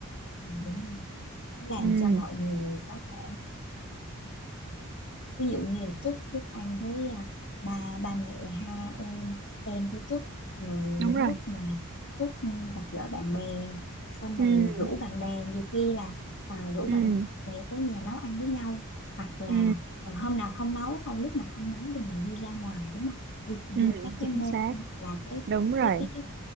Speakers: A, on the left (about 55°); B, on the right (about 45°).
A: mình đúng không nó làm
B: ừ
A: cho mọi người có thể ví dụ như là Trúc Trúc ăn với à, ba ba mẹ ha em em với Trúc rồi những
B: đúng rồi
A: lúc mà Trúc ừ, gặp gỡ bạn bè xong
B: ừ
A: rồi rủ bạn bè nhiều khi là à, rủ
B: ừ
A: bạn bè tới nhà nấu ăn với nhau hoặc là
B: ừ
A: à, hôm nào không nấu không lúc nào không nấu thì mình đi ra ngoài đúng không đi
B: ừ
A: vô các
B: chính
A: cái mall
B: xác
A: hoặc là cái
B: đúng rồi
A: cái cái cái